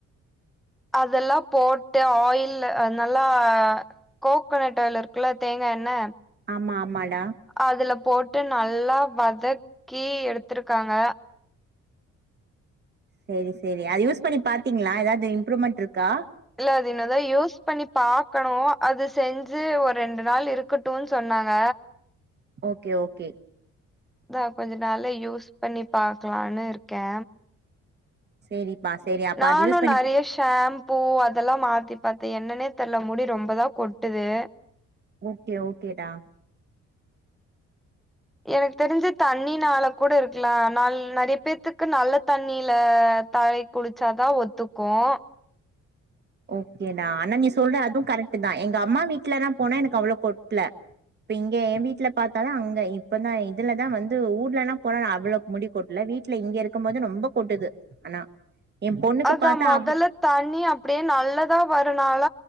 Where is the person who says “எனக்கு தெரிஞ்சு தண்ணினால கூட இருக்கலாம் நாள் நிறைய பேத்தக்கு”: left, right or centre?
Centre